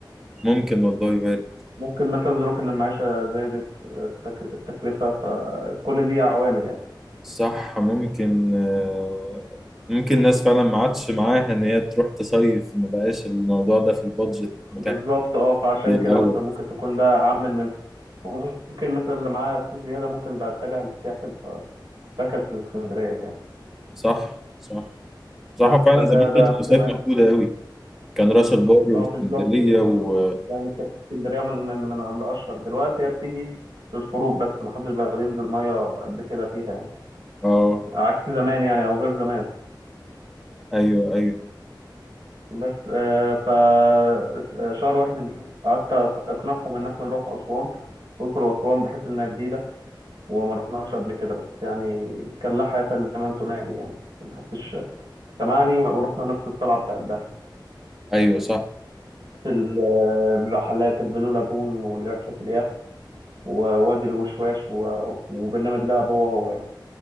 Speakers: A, in the centre; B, on the right.
A: ممكن والله وارد
B: ممكن مثلا ظروف ان المعيشة زادت التك... التكلفة فكل دي عوامل يعني
A: صح ممكن آه، ممكن الناس فعلا ما عادش معاها ان هي تروح تصيف ما بقاش الموضوع ده في البادجت متاح
B: بالظبط اه فعشان
A: زي الاول
B: كده مثلا ممكن تكون ده عامل منهم ممكن مثلا اللي معاه فلوس زيادة ممكن بقى اتجه للساحل فكس لاسكندريه يعني
A: صح صح صح
B: بس
A: فعلا
B: فده
A: زمان كانت
B: ده احتمال
A: المصايف محدوده قوي كان راس البر واسكندريه
B: اه بالظبط
A: و
B: يعني كانت اسكندريه من من من الاشهر دلوقتي هي بتيجي للخروج بس ما حدش بقى بينزل ميه قد كده فيها يعني
A: اه
B: عكس زمان يعني او غير زمان
A: ايوه ايوه
B: بس آه ف آه، شهر واحد اللي قعدت اقنعهم ان احنا نروح اسوان الاقصر واسوان بحيث انها جديده وما رحناش قبل كده بس يعني كان لا حياه لمن تنادي يعني ما حدش سمعني ورحنا نفس الطلعه بتاعت دهب
A: ايوه صح
B: في ال- رحلات البلو لاجون ورحلة اليخت ووادي الوشواش و- وبرنامج دهب هو هو يعني